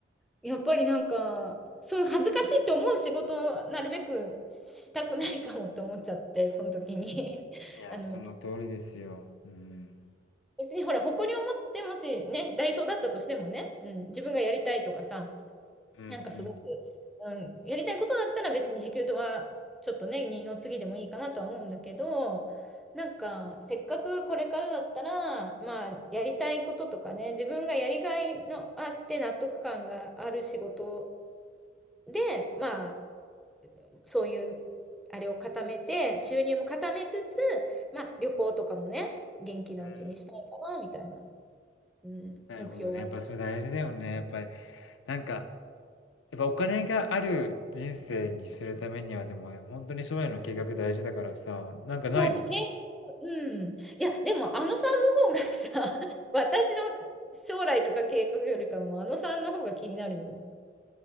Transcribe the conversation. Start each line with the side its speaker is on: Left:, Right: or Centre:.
Centre: やっぱりなんか、そう恥ずかしいと思う仕事をなるべくしたくないかもって思っちゃって、その時に。<laughs>
Left: いや、
Centre: あの、
Left: その通りですよ。うん。
Centre: 別にほら、誇りを持ってもしね、ダイソーだったとしてもね、うん、自分がやりたいとかさ、
Left: うんうん。
Centre: なんかすごく、うん、やりたいことだったら別に時給とはちょっとね、二の次でもいいかなとは思うんだけど、なんかせっかくこれからだったら、まあやりたいこととかね、自分がやりがいのあって納得感がある仕事で、まあそういうあれを固めて、収入も固めつつ、まあ旅行とかもね、元気なうちにしたいかなみたいな、
Left: うん。
Centre: うん、
Left: なるほどね。
Centre: 目標はね。
Left: やっぱそれ大事だよね。やっぱり、なんか、やっぱお金がある人生にするためにはでも本当に将来の計画大事だからさ、なんかないの
Centre: そうそう、経うん。いや、でも、あのさんの方がさ、<laughs> 私の将来とか計画よりかも、あのさんの方が気になるよ。